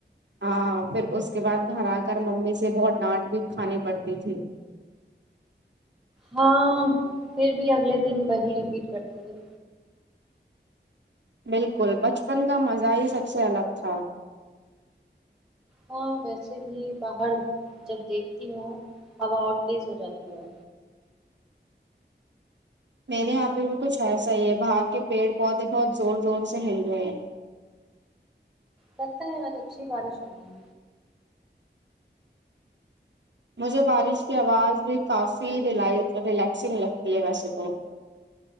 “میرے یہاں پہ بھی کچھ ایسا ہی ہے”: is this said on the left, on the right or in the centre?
Right